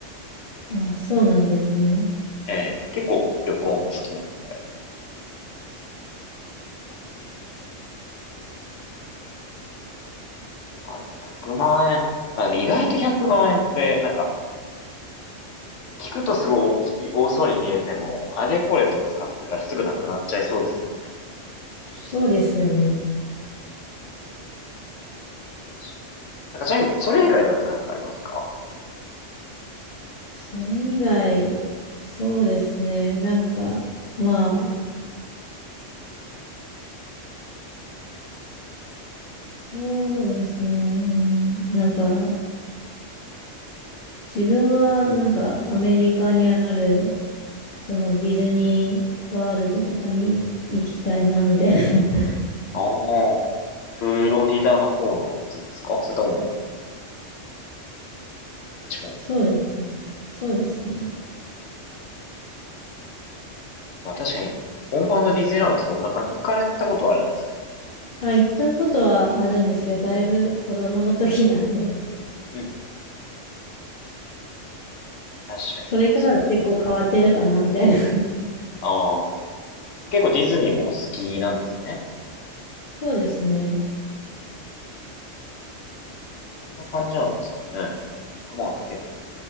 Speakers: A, on the left; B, on the left.
A: あ、そうなんですね。
B: ええ、結構旅行も好きなので、まあでも100万円。まあでも意外と100万円って、なんか、聞くとすごい大きい、多そうに見えても、あれこれと使ってたらすぐなくなっちゃいそうですよね。
A: そうですよね。
B: うん、確かに。なんかちなみに、それ以外だとなんかありますか
A: それ以外、そうですね。なんか、まあ、そうですね。うんなんか、自分は、なんか、アメリカにある、そのディズニーワールドとかに行きたいな、みたいな。<laughs>
B: ああ、フロリダの方のやつですかそれとも、どっちも
A: そうです。そうですね。
B: まあ確かに、本場のディズニーランドってどんなか、行かれたことはあるんですか
A: あ、行ったことはあるんですけど、だいぶ子供の時なんで、
B: うん。確かに。
A: それからは結構変わってるかな、
B: まあそ
A: みたいな。<laughs>
B: うああ、結構ディズニーもお好きなんですね。
A: そうですね。
B: こんな感じなんですかね。熊本結構、